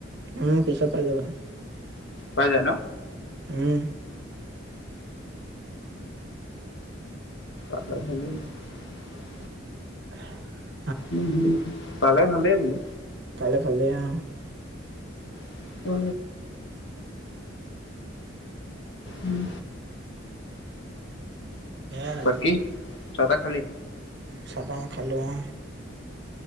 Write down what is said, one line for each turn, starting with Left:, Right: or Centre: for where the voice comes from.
Right: অ' পইচা পাই যাবা।
Left: পাই যায় ন?
Right: উম।
Left: <inaudible>
Right: <inaudible>
Left: উম উম পালে ভালে বোলো।
Right: <unintelligible>
Left: <unintelligible> উম।
Right: সেয়াই আৰু
Left: বাকি চাহ তাহ খালি?
Right: চাহ তাহ মই খালো অ